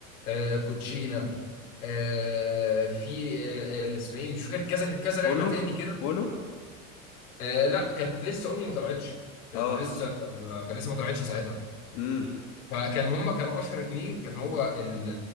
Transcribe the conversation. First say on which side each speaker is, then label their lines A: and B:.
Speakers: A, on the left; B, on the left.
A: آه كوتشينه آه في آه آه، اسمها ايه مش فاكر كذا كذا لعبه
B: اونو
A: تاني كده
B: اونو
A: آه لا كانت لسه امي ما طلعتش كانت
B: اه
A: لسه آه كانت لسه ما طلعتش ساعتها
B: امم
A: فكان هما كانوا اشهر اتنين كان هو ال-